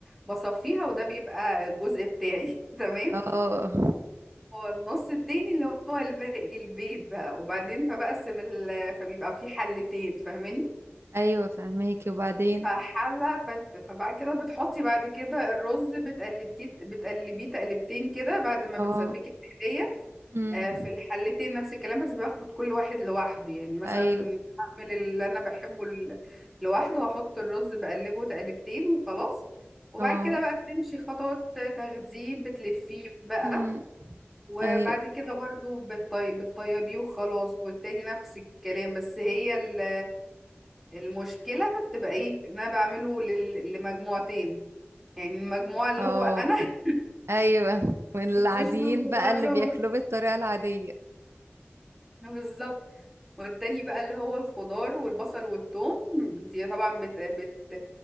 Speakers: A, in the centre; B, on the right.
A: بصفيها وده بيبقى الجزء بتاعي <laughs> تمام
B: اه
A: هو النص التاني اللي هو الباقي البيت بقى وبعدين فبقسم ال... فبيبقى في حلتين فاهماني
B: <laughs> ايوه فهماكي وبعدين
A: فحلة ف- فبعد كده بتحطي بعد كده الرز بتقلبتيه بتقلبيه تقلبتين كده بعد ما
B: اه
A: بتسبكي التقلية
B: مم.
A: آه، في الحلتين نفس الكلام بس باخد كل واحد لوحده يعني مثلا
B: ايوه
A: هعمل اللي انا بحبه ال- لوحده هحط الرز بقلبه تقلبتين وخلاص وبعد
B: اه
A: كده بقى بتمشي خطوات تغذيه بتلفيه بقى
B: مم.
A: وبعد
B: ايوه
A: كده برضو بتطي... بتطيبيه وخلاص والتاني نفس الكلام بس هي ال المشكلة بتبقى ايه ان انا بعمله لل... لمجموعتين يعني المجموعة اللي
B: اه
A: هو انا <laughs>
B: ايوه من العاديين
A: مش بالخضار
B: بقى اللي
A: و-
B: بياكلوه بالطريقة العادية
A: بالظبط والتاني بقى اللي هو الخضار والبصل والثوم انت طبعا بت... بت...